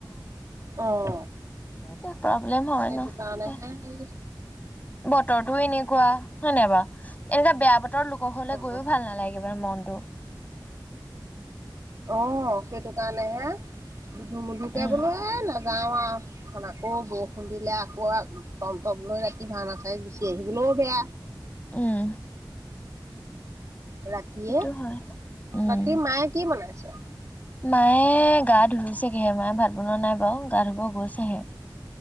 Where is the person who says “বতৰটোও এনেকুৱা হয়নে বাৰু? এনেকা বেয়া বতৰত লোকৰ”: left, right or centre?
Left